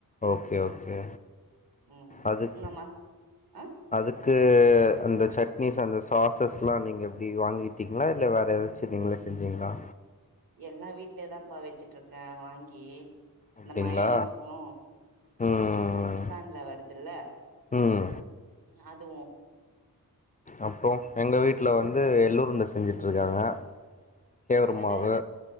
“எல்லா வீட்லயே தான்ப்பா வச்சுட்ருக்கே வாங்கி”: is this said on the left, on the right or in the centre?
Right